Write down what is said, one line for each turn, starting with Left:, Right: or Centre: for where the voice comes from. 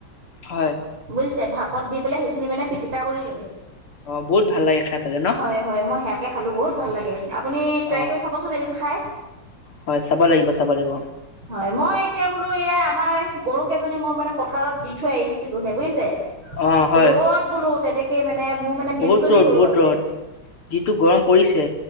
Left: হয়।
Right: বুজিছে ভাপত দি পেলাই সেইখিনি মানে পিটিকা কৰি লয়।
Left: অ বহুত ভাল লাগে খাই পেলাই ন।
Right: হয় হয় মই সেয়াকে খালো, বহুত ভাল লাগে আপুনি ট্ৰাই
Left: অ
Right: কৰি চাবচোন এদিন খাই।
Left: হয়, চাব লাগিব, চাব লাগিব।
Right: হয়, মই এতিয়া বোলো এয়া আমাৰ গৰু কেইজনী মই মানে পথাৰত দি থৈ আহিছো। <unintelligible> বুইছে।
Left: অ হয়
Right: ৰ'দ বোলো তেনেক কে মানে, মোৰ মানে,
Left: বহুত
Right: বিশজনী
Left: ৰ'দ
Right: গৰু
Left: বহুত
Right: আছে।
Left: ৰ'দ যিটো গৰম পৰিছে